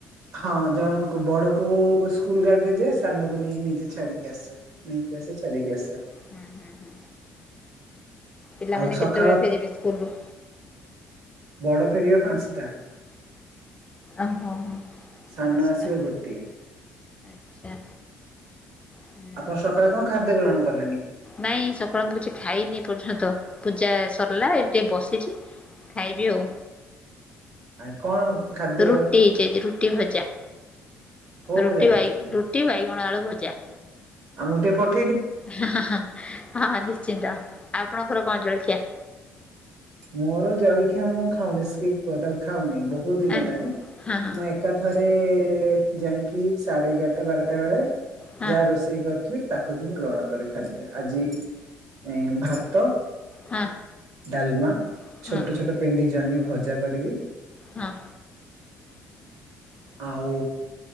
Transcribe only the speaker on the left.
ହୁଁ ହୁଁ ହୁଁ ପିଲାମାନେ
କେତେବେଳେ ଫେରିବେ ସ୍କୁଲରୁ?
ଓହୋ ହୋ
ପାଞ୍ଚଟା
ଆଚ୍ଛା। ହୁଁ
ନାଇଁ ସକାଳୁ ମୁଁ କିଛି ଖାଇନି ଏ ପର୍ଯ୍ୟନ୍ତ ପୂଜା ସରଲା ଏଇଠି ଟିକେ ବସିଚି। ଖାଇବି ଆଉ।
ରୁଟି ହେଇଚି ଆଜି ରୁଟି ଭଜା।
ରୁଟି
ବାଇ ରୁଟି ବାଇଗଣ ଆଳୁ ଭଜା।
ହଁ ହଁ ହଁ ହଁ ନିଶ୍ଚିନ୍ତ ଆପଣଙ୍କର କଣ ଜଳଖିଆ?
ହଁ
ହଁ
ହଁ
ହଁ
ହଁ
ହଁ
ହଁ।